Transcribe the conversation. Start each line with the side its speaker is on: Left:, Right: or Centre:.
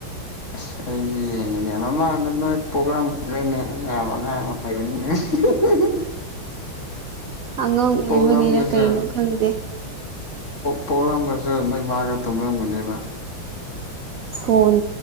Left: ꯑꯁ ꯑꯩ ꯌꯦꯡꯉ‌ꯦꯅ‌ꯦ ꯃꯥꯃꯥꯡ <unintelligible> ꯄ꯭ꯔ‌ꯣꯒ꯭ꯔꯥꯝ ꯑꯉꯥꯡ <unintelligible>
Right: ꯑꯉꯥꯡ ꯑꯣꯏꯕꯒꯤꯔ
Left: ꯄꯣꯛꯂꯝꯒꯁꯨ
Right: ꯀꯩꯅꯣ ꯈꯪꯗꯦ
Left: ꯄꯣꯛꯂꯝꯒꯁꯨ ꯅꯣꯏ ꯃꯥꯒ ꯇꯨꯝꯂꯝꯝꯒꯅꯦꯕ
Right: ꯐꯣꯟ